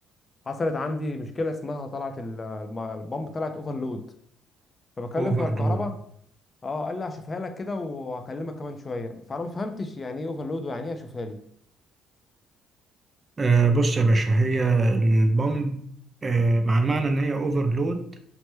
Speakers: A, on the left (about 30°); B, on the right (about 30°).
A: حصلت عندي مشكلة اسمها طلعت ال- الم- البمب طلعت اوفرلود فبكلم
B: اوفرلود
A: بتوع الكهرباء اه قال لي هشوفها لك كده وهكلمك كمان شويه فانا ما فهمتش يعني ايه اوفرلود ويعني ايه هشوفها لي
B: آه بص يا باشا هي البامب آه مع المعنى ان هي اوفرلود